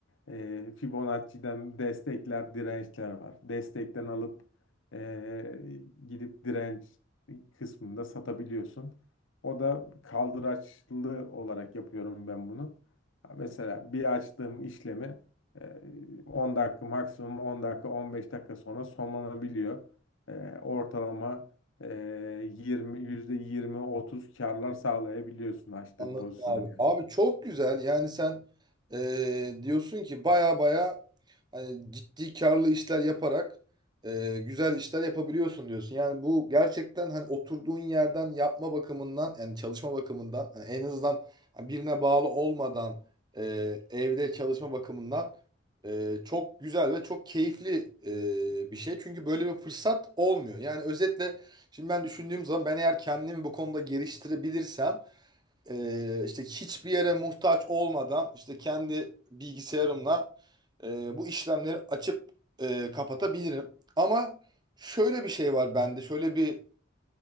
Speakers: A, on the left; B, on the right.
A: E, Fibonacci'den destekler, dirençler var. Destekten alıp e, gidip direnç kısmında satabiliyorsun. O da kaldıraçlı olarak yapıyorum ben bunu. Mesela bir açtığım işlemi ee, 10 dakika maksimum 10 dakika 15 dakika sonra sonlanabiliyor. Ee, ortalama e, 20 %20-30 karlar sağlayabiliyorsun açtığın
B: Anladım
A: pozisyona.
B: abi.
A: göre.
B: Abi çok güzel. Yani sen eee, diyorsun ki baya baya hani ciddi karlı işler yaparak e, güzel işler yapabiliyorsun diyorsun. Yani bu gerçekten hani oturduğun yerden yapma bakımından yani çalışma bakımından hani en azından birine bağlı olmadan e, evde çalışma bakımından e, çok güzel ve çok keyifli e, bir şey. Çünkü böyle bir fırsat olmuyor. Yani özetle şimdi ben düşündüğüm zaman ben eğer kendimi bu konuda geliştirebilirsem e, işte hiçbir yere muhtaç olmadan işte kendi bilgisayarımla e, bu işlemleri açıp e, kapatabilirim. Ama şöyle bir şey var bende, şöyle bir